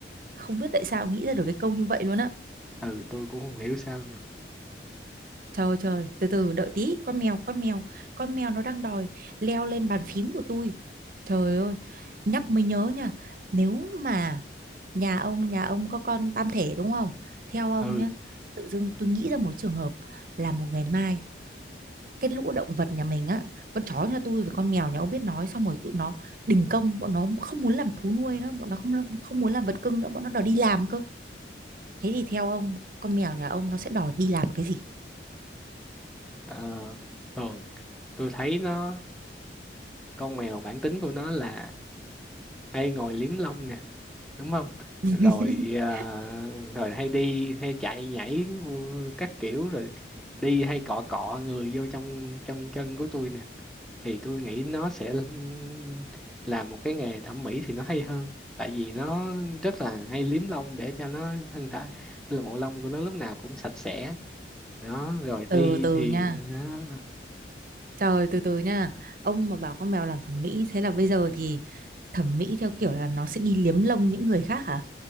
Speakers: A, on the right; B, in the centre.
A: không biết tại sao nghĩ ra được cái câu như vậy luôn á
B: ừ tôi cũng không hiểu sao
A: trời ơi, trời từ từ đợi tí con mèo con mèo con mèo nó đang đòi leo lên bàn phím của tôi trời ơi nhắc mới nhớ nha nếu mà nhà ông nhà ông có con tam thể đúng không theo ông
B: ừ
A: nhá tự dưng tôi nghĩ ra một trường hợp là một ngày mai cái lũ động vật nhà mình á con chó nhà tôi với con mèo nhà ông biết nói xong rồi tụi nó đình công bọn nó không muốn làm thú nuôi nữa bọn nó không không muốn làm vật cưng nữa bọn nó đòi đi làm cơ thế thì theo ông con mèo nhà ông nó sẽ đòi đi làm cái gì
B: Ờ, thường tôi thấy nó con mèo bản tính của nó là hay ngồi liếm lông nè đúng không rồi
A: <laughs>
B: à, rồi hay đi hay chạy nhảy u- các kiểu rồi đi hay cọ cọ người vô trong trong chân của tôi nè thì tôi nghĩ nó sẽ l- làm một cái nghề thẩm mỹ thì nó hay hơn tại vì nó rất là hay liếm lông để cho nó thân thể là bộ lông của nó lúc nào cũng sạch sẽ đó rồi đi
A: từ từ
B: thì
A: nha
B: đó.
A: trời từ từ nha ông mà bảo con mèo làm thẩm mỹ thế là bây giờ thì thẩm mỹ theo kiểu là nó sẽ đi liếm lông những người khác hả